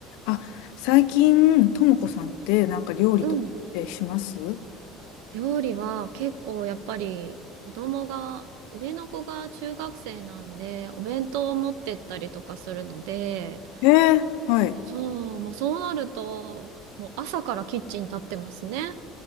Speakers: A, on the left (about 75°); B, on the right (about 80°).
A: あ、最近、ともこさんってなんか料理とってします
B: うん。料理は結構やっぱり子供が、上の子が中学生なんで、お弁当を持ってったりとかするので、
A: えー、はい。
B: そう、もうそうなると、もう朝からキッチン立ってますね。